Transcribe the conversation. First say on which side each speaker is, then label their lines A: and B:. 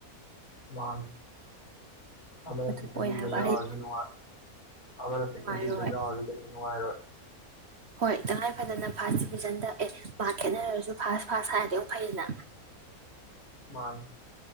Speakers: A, on the left; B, on the right.
A: ꯃꯥꯜ ꯑꯃꯅ
B: ꯑꯗꯨ
A: ꯁꯦꯀꯦꯟ
B: ꯑꯣꯏ
A: ꯗꯤꯕꯤꯖꯟ
B: ꯍꯥꯏꯕ
A: ꯌꯥꯎꯔꯖꯨ
B: ꯑꯩ
A: ꯅꯨꯡꯉ ꯑꯃꯅ
B: ꯅꯨꯡꯉꯥꯏꯔꯣꯏ
A: ꯁꯦꯀꯦꯟ ꯗꯤꯕꯤꯖꯟ ꯌꯥꯎꯔꯖꯨ ꯀꯩꯁꯨ ꯅꯨꯡꯉꯥꯏꯔꯣꯏ
B: ꯍꯣꯏ ꯇꯉꯥꯏ ꯐꯗꯅ ꯐꯥꯔꯁ ꯗꯤꯚꯤꯖꯟꯗ ꯑꯦ ꯃꯥꯛ ꯈꯦꯠꯅꯔꯁꯨ ꯐꯥꯥꯁ ꯐꯥꯁ ꯍꯥꯏꯔꯗꯤ ꯑꯃꯨꯛ ꯐꯩꯗꯅ
A: ꯃꯥꯥꯟ